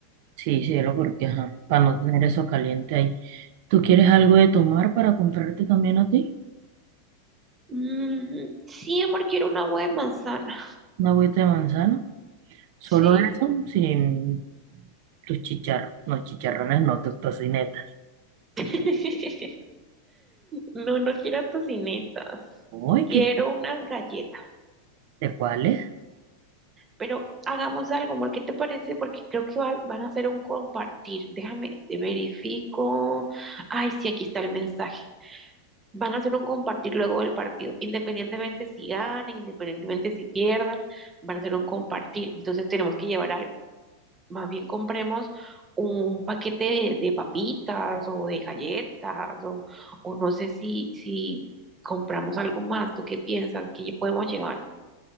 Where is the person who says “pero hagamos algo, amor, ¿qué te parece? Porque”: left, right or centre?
Right